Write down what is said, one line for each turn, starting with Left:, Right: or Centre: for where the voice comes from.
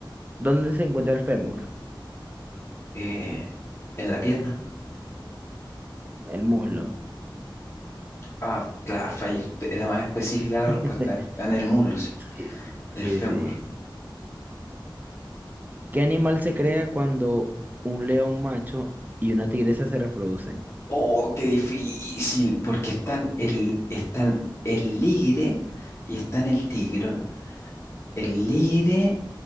Right: ¿dónde se encuentra el fémur?
Left: Eh, en la pierna.
Right: El muslo.
Left: Ah, claro, fallé. Era más específica la respuesta.
Right: <laughs>
Left: En el muslo, sí.
Right: Sí,
Left: El
Right: sí,
Left: fémur.
Right: sí. ¿Qué animal se crea cuando un león macho y una tigresa se reproducen?
Left: Oh, qué difícil, porque están el, están el ligre y están el tigrón. El ligre